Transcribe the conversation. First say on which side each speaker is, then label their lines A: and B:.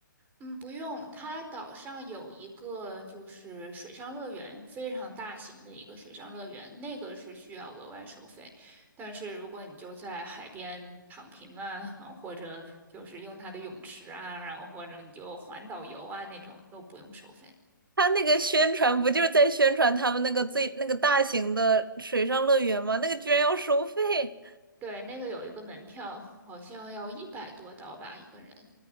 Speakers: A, on the right; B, on the right.
A: 嗯，不用，它岛上有一个就是水上乐园，非常大型的一个水上乐园，那个是需要额外收费。但是如果你就在海边躺平啊，<laughs> 然后或者就是用它的泳池啊，然后或者你就环岛游啊那种，都不用收费。
B: 他那个宣传不就是在宣传他们那个最那个大型的水上乐园吗？那个居然要收费，
A: 对，那个有一个门票，好像要一百多刀吧，一个人。